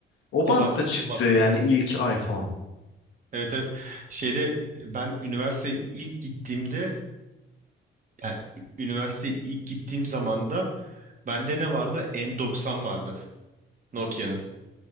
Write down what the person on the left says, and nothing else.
o
bantta çıktı
yani ilk iPhone.